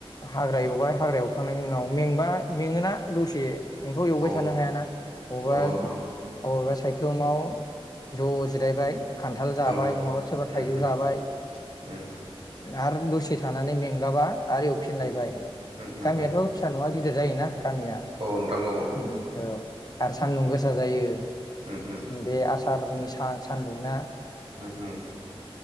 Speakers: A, on the left; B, on the right.
A: हाग्रा एवबाय हाग्रा एवखांनायनि उनाव मेंबा मेङोना दसे नोंथ' एवबाय
B: औ
A: थानो हायाना अबेबा
B: नोंथां
A: अबेबा सायख्लुमाव ज' जिरायबाय खान्थाल जाबाय
B: औ नोंथां
A: नङाबा सोरबा
B: उम
A: थाइजौ
B: उम
A: जाबाय
B: उम
A: आरो दसे थानानै मेंगाबा आरो एवफिन
B: उम
A: लायबाय
B: उम उम उम
A: गामियाथ' फिसा नङा गि दिर जायोना। गामिया
B: औ नोंथां औ
A: उम औ आरो सान्दुं गोसा जायो।
B: उम उम उम
A: बे आसारनि सा-सान्दुंना
B: उ उ